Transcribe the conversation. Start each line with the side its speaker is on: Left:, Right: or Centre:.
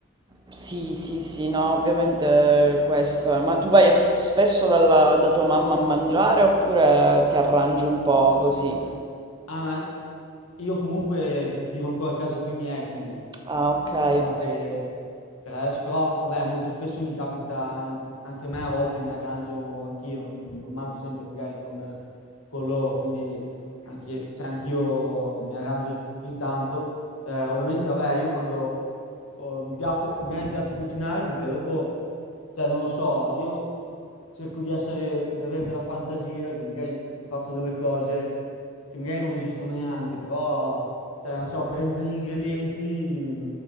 Right: Sì, sì, sì, no, ovviamente questo è. Ma tu vai a sp- spesso dalla- da tua mamma a mangiare oppure ti arrangi un po' così?
Left: Ah, ma io comunque vi- vivo ancora a casa con i miei, quindi
Right: Ah, ok, ok.
Left: diciamo che per adesso, però vabbè, molto spesso mi capita an- anche a me, a volte mi arrangio anch'io, non, non mangio sempre magari con, con loro, quindi anche, cioè, anch'io mi arrangio ogni tanto, Eh, ovviamente, vabbè, io quando oh, mi piace, a me piace cucinare perché dopo, cioè, non lo so, io cerco di essere, di avere della fantasia, che magari faccio delle cose che magari non esistono neanche, però, cioè, non so, prendo gli ingredienti,